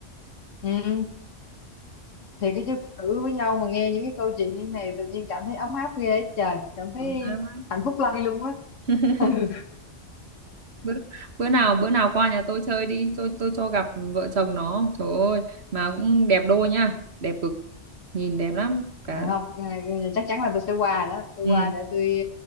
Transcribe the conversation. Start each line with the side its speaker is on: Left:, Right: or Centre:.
Left: Ừ, thì cái chứ phụ nữ với nhau mà nghe những cái câu chuyện như này tự nhiên cảm thấy ấm áp ghê á trời cảm thấy
Right: Đúng không?
Left: hạnh phúc lây luôn á
Right: <laughs>
Left: <laughs>
Right: bữa, bữa nào bữa nào qua nhà tôi chơi đi tôi tôi cho gặp vợ chồng nó trời ơi mà cũng đẹp đôi nha đẹp cực nhìn đẹp lắm cả
Left: Này không à, chắc chắn là tôi sẽ qua đó tôi
Right: ừ.
Left: qua để tôi